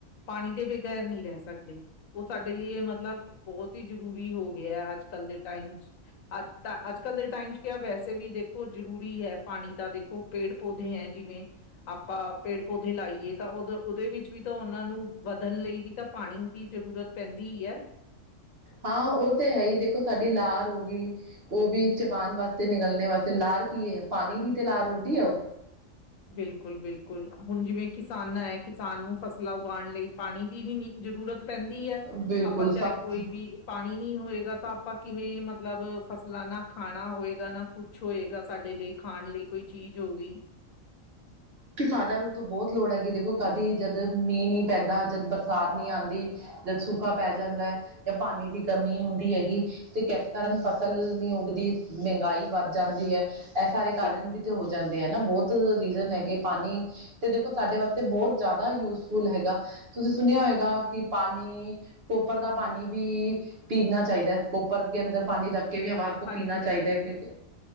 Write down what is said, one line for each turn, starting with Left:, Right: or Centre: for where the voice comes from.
Left: ਪਾਨੀ ਦੇ ਬਗੈਰ ਨੀ ਰੈ ਸਕਦੇ। ਓ ਸਾਡੇ ਲਈ ਏ ਮਤਲਬ ਬੋਹੋਤ ਈ ਜ਼ਰੂਰੀ ਹੋ ਗਿਐ ਅੱਜ-ਕੱਲ ਦੇ ਟਾਈਮ 'ਚ। ਅੱਜ ਤਾਂ ਅੱਜ-ਕੱਲ ਦੇ ਟਾਈਮ 'ਚ ਕਯਾ ਵੈਸੇ ਵੀ ਦੇਖੋ ਜਰੂਰੀ ਹੈ ਪਾਨੀ ਤਾਂ ਦੇਖੋ ਪੇੜ ਪੌਦੇ ਹੈਂ ਜਿਵੇਂ ਆਪਾਂ ਪੇੜ ਪੌਦੇੇ ਲਾਈਏ ਤਾਂ ਓਦ ਓਦੇ ਵਿੱਚ ਵੀ ਤਾਂ ਓਨਾਂ ਨੂੰ ਵਧਨ ਲਈ ਵੀ ਤਾਂ ਪਾਨੀ ਦੀ ਜ਼ਰੂਰਤ ਪੈਂਦੀ ਈ ਐ।
Right: ਹਾਂ ਓ ਤੇ ਹੈ ਈ ਦੇਖੋ ਸਾਡੀ ਲਾਰ ਹੋ ਗੀ ਏਦੀ ਚਬਾਨ ਵਾਸਤੇ ਨਿਗਲਨੇ ਵਾਸਤੇ ਲਾਰ ਕੀ ਏ, ਪਾਨੀ ਦੀ ਤੇ ਲਾਰ ਹੁੰਦੀ ਏ ਓ।
Left: ਬਿਲਕੁਲ-ਬਿਲਕੁਲ, ਹੁਨ ਜਿਵੇਂ ਕਿਸਾਨਾਂ ਐ, ਕਿਸਾਨ ਨੂੰ ਫਸਲਾਂ ਉਗਾਣ ਲਈ ਪਾਨੀ ਦੀ ਵੀ ਨੀ ਜਰੂਰਤ ਪੈਂਦੀ ਐ,
Right: ਬਿਲਕੁਲ
Left: ਆਪਾਂ ਚਾਏ
Right: ਸਖ਼ਤ
Left: ਕੋਈ ਵੀ ਪਾਣੀ ਨੀ ਹੋਏਗਾ ਤਾਂ ਆਪਾਂ ਕਿਵੇਂ ਮਤਲਬ ਫਸਲਾਂ ਨਾ ਖਾਣਾ ਹੋਏਗਾ, ਨਾ ਕੁਛ ਹੋਏਗਾ, ਸਾਡੇ ਲਈ ਖਾਣ ਲਈ ਕੋਈ ਚੀਜ ਹੋ ਗਈ
Right: ਕਿਸਾਨਾਂ ਨੂੰ ਤਾਂ ਬੋਤ ਲੋੜ ਹੈਗੀ ਏ ਦੇਖੋ ਕਾਦੀ ਜਦ ਮੀਂਅ ਨੀ ਪੈਂਦਾ, ਜਦ ਬਰਸਾਤ ਨੀ ਆਂਦੀ ਜਦ ਸੂਖਾ ਪੈ ਜਾਂਦੈ ਯਾਂ ਪਾਨੀ ਦੀ ਕਮੀ ਹੁੰਦੀ ਹੈਗੀ ਤੇ ਕੈੱਸ ਕਾਰਨ ਫਸਲ ਨੀ ਉਗਦੀ, ਮਹਿੰਗਾਈ ਵੱਧ ਜਾਂਦੀ ਐ ਐ ਸਾਰੇ
Left: ਬਿਲਕੁਲ
Right: ਕਾਰਨ ਵੀ ਤੇ ਹੋ ਜਾਂਦੇ ਐ ਨਾ ਬੋਹੋਤ ਰੀਜ਼ਨ ਹੈਗੇ ਪਾਨੀ ਤੇ ਦੇਖੋ ਸਾਡੇ ਵਾਸਤੇ ਬੋਹੋਤ ਜਾਦਾ ਯੂਜ਼ਫੁਲ ਹੈਗਾ। ਤੁਸੀ ਸੁਨਿਆ ਹੋਏਗਾ ਕਿ ਪਾਨੀ ਕੋਪਰ ਦਾ ਪਾਨੀ ਭੀ ਪੀਨਾ ਚਾਈਦਾ। ਕੋਪਰ ਕੇ ਅੰਦਰ ਪਾਨੀ ਰੱਖ ਕੇ ਭੀ ਹਮਾਰੇ ਕੋ
Left: ਹਾਂਜੀ,
Right: ਪੀਨਾ
Left: ਹਾਂਜੀ
Right: ਚਾਈਦੈ ਕਿਉਂਕ